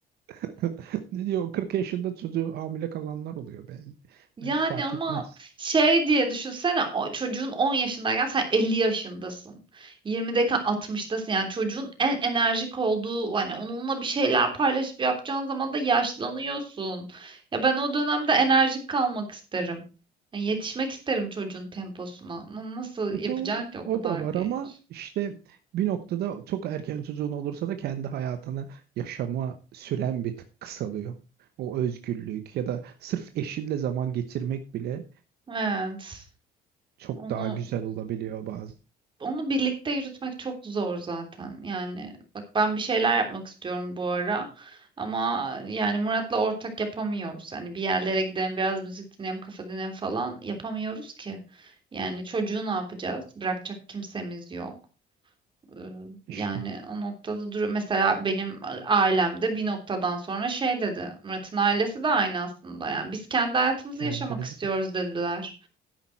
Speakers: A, on the right (about 70°); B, on the right (about 30°).
A: <laughs> Ne diyor? 40 yaşında çocuğu hamile kalanlar oluyor. Ben,
B: Yani
A: bence fark
B: ama
A: etmez.
B: şey diye düşünsene o çocuğun 10 yaşındayken sen 50 yaşındasın. 20'deyken 60'tasın. Yani çocuğun en enerjik olduğu hani onunla bir şeyler paylaşıp yapacağın zaman da yaşlanıyorsun. Ya ben o dönemde enerjik kalmak isterim. Yani yetişmek isterim çocuğun temposuna. Ama Nasıl yapacaksın
A: E doğru,
B: ki o kadar
A: o da var
B: geç?
A: ama işte bir noktada çok erken çocuğun olursa da kendi hayatını yaşama süren bir tık kısalıyor. O özgürlük ya da sırf eşinle zaman geçirmek bile
B: Evet.
A: çok
B: Onu
A: daha güzel olabiliyor bazen.
B: onu birlikte yürütmek çok zor zaten. Yani bak ben bir şeyler yapmak istiyorum bu ara. Ama yani Murat'la ortak yapamıyoruz. Hani bir yerlere gidelim, biraz müzik dinleyelim, kafa dinleyelim falan yapamıyoruz ki. Yani çocuğu ne yapacağız? Bırakacak kimsemiz yok. Ee, Yani
A: İşte
B: o noktada duruyor. Mesela benim ailemde bir noktadan sonra şey dedi. Murat'ın ailesi de aynı aslında. Yani biz kendi hayatımızı
A: kendiniz
B: yaşamak istiyoruz
A: bak.
B: dediler.